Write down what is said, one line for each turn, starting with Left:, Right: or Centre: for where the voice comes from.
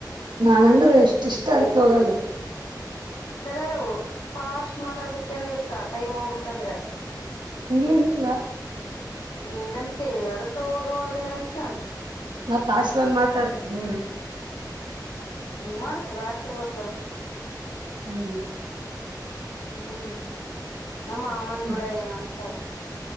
Right: ನಾನ್ಂದ್ರೆ ಎಷ್ಟ ಇಷ್ಟ ಅದಕ್ಕೆ ಹೋಗಲ್ಲ --
Left: ಕರೆವು ಫಾಸ್ಟ್ ಮಾತಾಡ್ಬೇಕೇನ್ ಇದಕ್ಕ ಟೈಮ್ ಹೋಗ್ಬೇಕಕ್ಂದ್ರ,
Right: ಹಂಗೆನಿಲ್ಲಾ
Left: ಹಿಂಗಂತೆ ಅದಕ್ಕ ಹೋಗವಲ್ದೆ <unintelligible>
Right: ನಾವ್ ತಾಸ್ಗೊಂದ್ ಮಾತಾಡ್ತಾತ್ದಿವಿ
Left: ಮಾಡ್ತ್ <unintelligible>
Right: ಹ್ಮ್
Left: ಹ್ಮ್ ನಮ್ಮ ಅಮ್ಮನ್
Right: ಅದ
Left: ಕೂಡ ಏನ್ ಅನ್ಸಲ್ -